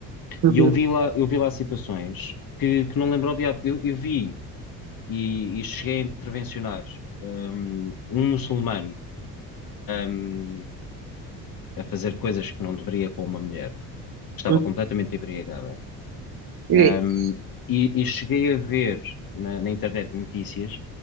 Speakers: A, on the right (about 50°); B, on the left (about 45°).
A: Uhum,
B: E eu vi lá, eu vi lá situações que, que não lembro ao diabo. Eu, eu vi e, e cheguei a intervencionar hum, um, muçulmano hum, a fazer coisas que não deveria com uma mulher que estava
A: uhum.
B: completamente embriagada.
A: Isso.
B: Um, e, e cheguei a ver na, na internet notícias